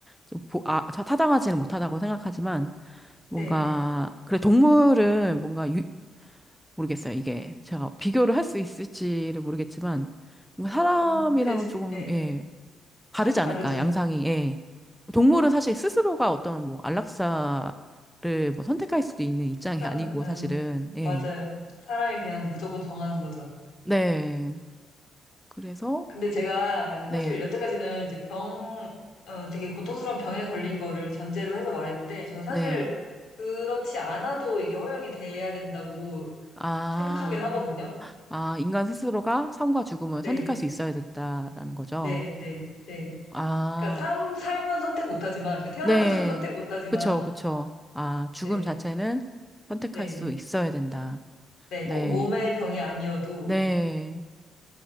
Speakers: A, in the centre; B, on the left.
A: 좀 보, 아, 자- 타당하지는 못하다고 생각하지만, 뭔가,
B: 네,
A: 그래, 동물은 뭔가 유, 모르겠어요. 이게 제가 비교를 할 수 있을지를 모르겠지만, 뭔가 사람이랑은
B: 어, 그,
A: 조금,
B: 네,
A: 예. 다르지
B: 좀 다르죠.
A: 않을까, 양상이. 예. 동물은 사실 스스로가 어떤 뭐 안락사를 뭐 선택할 수도 있는 입장이
B: 일단,
A: 아니고
B: 어,
A: 사실은.
B: 맞아요.
A: 예.
B: 사람이 그냥 무조건 정하는 거죠.
A: 네. 그래서
B: 근데 제가
A: 네.
B: 사실 여태까지는 이제 병, 어, 되게 고통스러운 병에 걸린 거를 전제로 해서 말했는데 저는 사실
A: 네.
B: 그렇지 않아도 이게 허용이 돼야 된다고
A: 아.
B: 생각하긴 하거든요.
A: 아, 인간 스스로가 삶과 죽음을
B: 네,
A: 선택할 수 있어야 된다라는 거죠.
B: 네, 네, 네.
A: 아.
B: 그러니까 삶, 삶은 선택 못하지만, 그러니까 태어나는
A: 네.
B: 건 선택 못하지만,
A: 그쵸, 그쵸. 아, 죽음
B: 네,
A: 자체는 선택할
B: 네,
A: 수 있어야 된다.
B: 네,
A: 네.
B: 꼭 몸의 병이 아니어도,
A: 네.